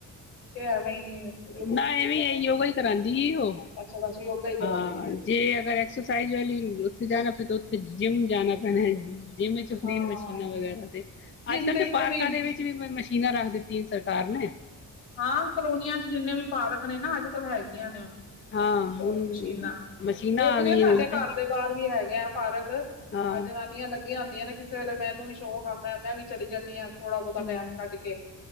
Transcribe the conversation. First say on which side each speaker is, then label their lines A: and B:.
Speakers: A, on the left; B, on the left.
A: ਤੇ ਐਵੇ ਈ
B: ਨਾ ਐਵੇਂ ਈ ਐ ਯੋਗਾ ਈ ਕਰਾਂਦੀ ਈ ਓ।
A: ਅੱਛਾ <unintelligible>
B: ਹਾਂ
A: ਕਰਾਉਂਦੇ ਹੈ
B: ਜੇ ਅਗਰ ਐਕਸਰਸਾਈਜ਼ ਵਾਲੀ ਉੱਥੇ ਜਾਣਾ ਪੇ ਤਾਂ ਉੱਥੇ ਜਿੰਮ ਜਾਣਾ ਪੈਣਾ ਜਿਮ ਚ ਫ੍ਰੀ
A: ਹਾਂ
B: ਮਸ਼ੀਨਾਂ ਵਗੈਰਾ ਤੇ
A: ਜਿੰਮ
B: ਅੱਜ ਕੱਲ੍ਹ ਤੇ
A: ਇੱਥੇ
B: ਪਾਰਕਾਂ
A: ਵੀ
B: ਦੇ ਵਿੱਚ ਵੀ ਮਸ਼ੀਨਾਂ ਰੱਖ ਦਿੱਤੀਆਂ ਸਰਕਾਰ ਨੇ।
A: ਹਾਂ ਕਲੋਨੀਆਂ ਚ ਜਿੰਨੇ ਵੀ ਪਾਰਕ ਨੇ ਨਾ ਅੱਜ ਕੱਲ੍ਹ ਹੈਗੀਆਂ ਨੇ ਓ।
B: ਹਾਂ
A: ਓ
B: ਹੁਣ
A: ਮਸ਼ੀਨਾਂ
B: ਮਸ਼ੀਨਾਂ
A: ਵੇਖਣੇ
B: ਗਈਆਂ
A: ਆ ਸਾਡੇ
B: ਹੁਣ ਤੇ
A: ਘਰ ਦੇ ਬਾਰ ਵੀ ਹੈਗੇ ਆ ਪਾਰਕ
B: ਹਾਂ
A: ਆ ਜਨਾਨੀਆਂ ਲੱਗੀਆਂ ਹੁੰਦੀਆਂ ਨੇ ਕਿਸੇ ਵੇਲੇ ਮੈਨੂੰ ਵੀ ਸ਼ੌਂਕ ਆਂਦੈ ਮੈਂ ਵੀ ਚਲੀ ਜਾਂਨੀ ਆ। ਥੋੜਾ ਬੋਤਾ
B: ਹਮ
A: ਟੈਮ ਕੱਢ ਕੇ